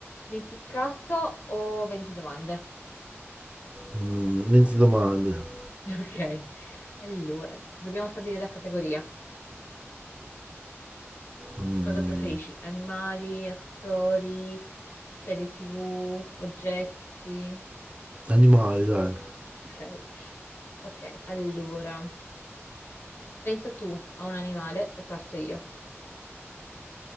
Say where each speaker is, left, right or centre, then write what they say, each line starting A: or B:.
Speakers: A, on the left; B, on the right.
A: L'impiccato o 20 domande?
B: Mm, 20 domande.
A: <laughs> Ok. Allora, dobbiamo stabilire la categoria.
B: Mm,
A: Cosa preferisci? Animali, attori, serie TV, oggetti?
B: animali, dai.
A: Ok. Ok, allora, pensa tu a un animale e parto io.